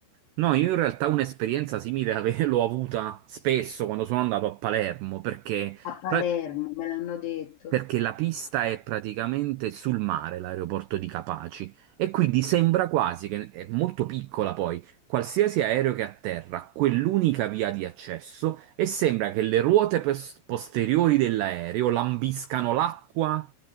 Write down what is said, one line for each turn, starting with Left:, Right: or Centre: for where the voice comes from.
Right: No, io in realtà un'esperienza simile <laughs> ave- l'ho avuta spesso quando sono andato a Palermo, perché
Left: a Palermo,
Right: pra-
Left: me l'hanno detto.
Right: perché la pista è praticamente sul mare, l'aeroporto di Capaci, e quindi sembra quasi che è molto piccola poi, qualsiasi aereo che atterra, ha quell'unica via di accesso e sembra che le ruote pos- posteriori dell'aereo lambiscano l'acqua